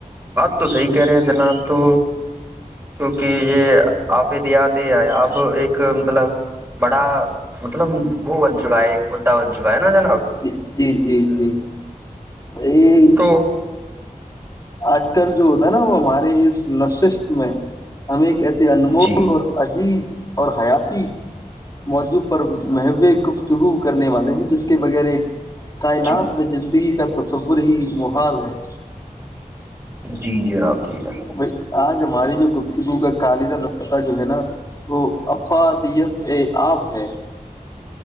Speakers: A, on the right; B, on the left.
A: بات تو صحی کہہ رہے جناب تو کیونکہ یہ آپے دیاتے ہیں اب ایک مطلب بڑا مطلب وہو ب چکا ہے مدا بن چکا ہےا جا
B: جی جی جی جی <unintelligible>
A: دوٹ
B: آج کل جو ہوتا ہے نا وہ ہمارے اس نشست میں ہم ایک ایسے انمول
A: جی
B: اور عزیز اور حیاتی موضوع پر محو گفتگو کرنے والے ہیں جس کے بغیر ایک کائنات
A: جی
B: زندگی کا تصور ہی محال ہے
A: جی جناب جی جناب
B: بھائی آج ہماری جو گفتگو کا خالدہ نطہ جو ہے نا وہ افادیت ا آب ہے <inaudible>